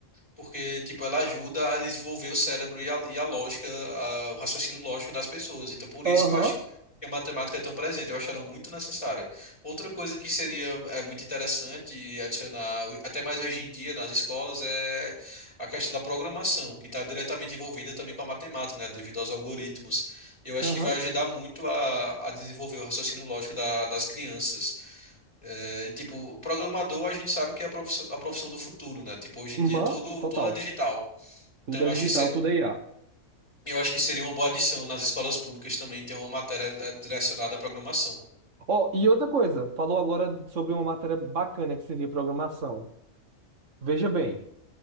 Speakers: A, on the left (about 20°); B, on the right (about 65°).
A: porque tipo ela ajuda a desenvolver o cérebro e a, e a lógica, a- o raciocínio lógico das pessoas. Então por isso
B: Aham,
A: que eu acho que a matemática é tão presente, eu acho ela muito necessária. Outra coisa que seria é muito interessante e adicionar o- até mais hoje em dia nas escolas é a questão da programação, que está diretamente envolvida também com a matemática, né, devido aos algoritmos. Eu acho
B: aham,
A: que vai ajudar muito a, a desenvolver o raciocínio lógico da- das crianças. É, tipo, programador a gente sabe que é a profissão, a profissão do futuro, né? Tipo, hoje em
B: aham,
A: dia tudo,
B: total.
A: tudo é digital.
B: Tudo
A: Então, eu
B: é
A: acho
B: digital,
A: que ser,
B: tudo é IA.
A: eu acho que seria uma boa adição nas escolas públicas também ter uma matéria eh, direcionada à programação.
B: Ó, e outra coisa, falou agora sobre uma matéria bacana que seria programação. Veja bem,